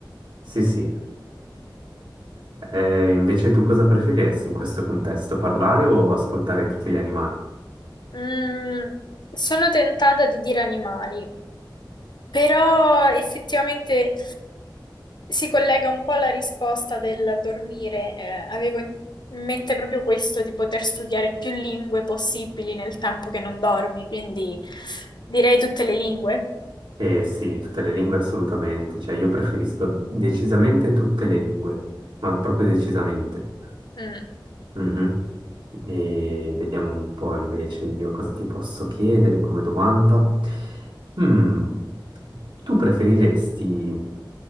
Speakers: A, on the right; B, on the left.
A: Sì, sì. Eh, invece tu cosa preferiresti in questo contesto, parlare o ascoltare tutti gli animali?
B: Mm, sono tentata di dire animali, però effettivamente si collega un po' alla risposta del dormire. Eh, avevo in in mente proprio questo, di poter studiare più lingue possibili nel tempo che non dormi, quindi direi tutte le lingue.
A: Eh sì, tutte le lingue assolutamente, cioè io preferisco decisamente tutte le lingue, ma proprio decisamente.
B: Mm,
A: Mhm. E vediamo un po' invece io cosa ti posso chiedere come domanda. Mm, Tu preferiresti